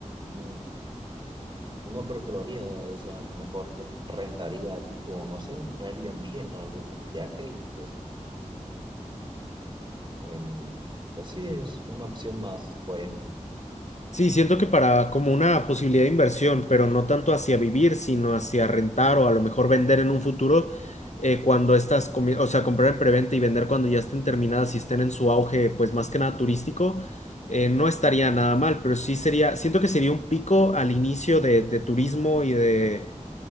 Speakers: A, on the right; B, on the left.
A: mm, no creo que lo haría, o sea, mejor lo rentaría tipo, no sé, un Airbnb en algún viaje y pues, em, pues sí, es una opción más coherente.
B: Sí, siento que para como una posibilidad de inversión, pero no tanto hacia vivir, sino hacia rentar o a lo mejor vender en un futuro, eh, cuando estas, comi- o sea, comprar en preventa y vender cuando ya estén terminadas y estén en su auge, pues más que nada turístico, eh, no estaría nada mal, pero sí sería, siento que sería un pico al inicio de, de turismo y de